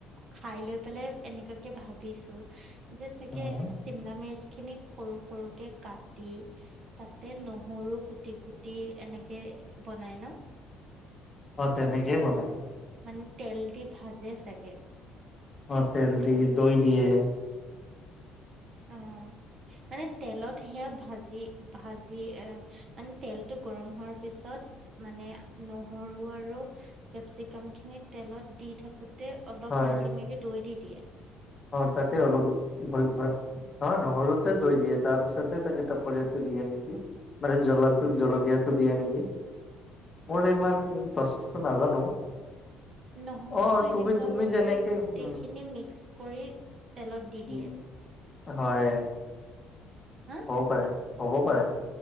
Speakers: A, on the right (about 35°); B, on the left (about 20°).
A: খাই লৈ পেলাই এনেকুৱাকে ভাবিছো। যে চাগে
B: অ
A: চিমলা মিচ খিনি সৰু সৰুকে কাটি তাতে নহৰু কুটি কুটি এনেকে বনাই ন?
B: অ তেনেক বনাই।
A: মানে তেল দি ভাজে চাগে?
B: অ তেল দি দৈ দিয়ে।
A: অ মানে তেলত সেয়া ভাজি ভাজি আহ মানে তেলটো গৰম হোৱাৰ পিছত মানে নহৰু আৰু কেপ্চি গাম খিনি তেলত দি থ গোতে অলপ
B: হয়
A: ভাজি মেলি দৈ দি দিয়ে।
B: অ তাকে অলপ ভ ভ ন নহৰুতে দৈ দিয়ে তাৰ পিছতেে চাগে টাাপৰীয়াাতটো দিয়ে নেকি মানে জ্বলাটো জলকীয়াত দিয়া নেকি মোৰ ইমান প্ৰচেছটো নাজানো।
A: নহবাতো
B: অ তুমি
A: এনেকুৱা
B: তুমি
A: হ'ব
B: যেনেকে
A: পাৰে গোটেই
B: উম,
A: খিনি মিক্স কৰি তেলত দি
B: উম
A: দিয়ে।
B: হয়।
A: হা
B: হ'ব পাৰে, হ'বও পাৰে।